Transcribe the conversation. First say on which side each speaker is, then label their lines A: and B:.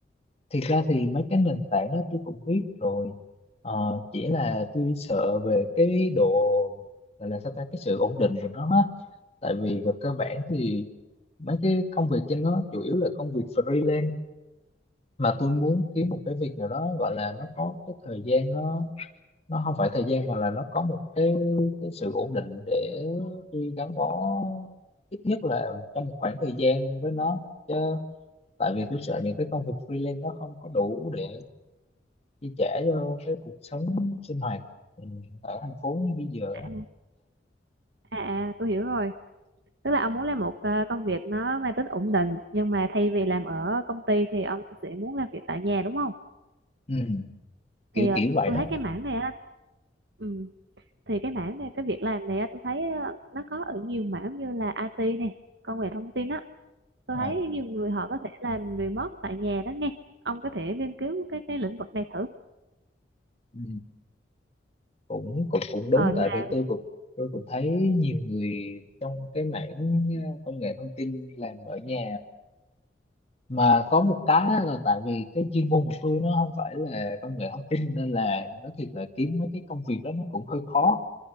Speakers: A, on the left; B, on the right.
A: Thiệt ra thì mấy cái nền tảng đó tôi cũng biết rồi. Ờ, chỉ là tôi sợ về cái độ gọi là sao ta cái sự ổn định của nó á. Tại vì về cơ bản thì mấy cái công việc trên nó chủ yếu là công việc freelance mà tôi muốn kiếm một cái việc nào đó gọi là nó có cái thời gian nó nó không phải thời gian mà là nó có một cái cái sự ổn định để tôi gắn bó ít nhất là trong một khoảng thời gian với nó chứ tại vì tôi sợ những cái công việc freelance nó không có đủ để chi trả cho cái cuộc sống sinh hoạt ừ, ở thành phố như bây giờ
B: à,
A: á.
B: à à, tôi hiểu rồi tức là ông muốn làm một ờ, công việc nó mang tính ổn định nhưng mà thay vì làm ở công ty thì ông sẽ muốn làm việc tại nhà đúng không
A: ừ.
B: thì
A: kiểu
B: ờ,
A: kiểu vậy
B: tôi
A: đó
B: thấy cái mảng này á ừ, thì cái mảng này cái việc làm này á tôi thấy ờ, nó có ở nhiều mảng như là IT này công nghệ thông tin á tôi
A: à,
B: thấy nhiều người họ có thể làm remote tại nhà đó nghe ông có thể nghiên cứu cái cái lĩnh vực này thử
A: ừ. cũng cũng cũng đúng
B: ờ, mà
A: tại vì tôi cũng tôi cũng thấy nhiều người trong cái mảng uh, công nghệ thông tin làm ở nhà mà có một cái á là tại vì cái chuyên môn của tôi nó không phải là công nghệ thông tin nên là nó thiệt là kiếm mấy cái công việc đó nó cũng hơi khó